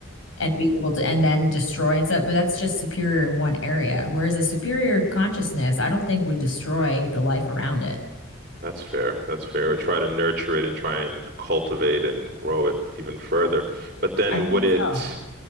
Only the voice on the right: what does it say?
That's fair. That's fair. Or try to nurture it and try and cultivate and grow it even further. But then
would
it,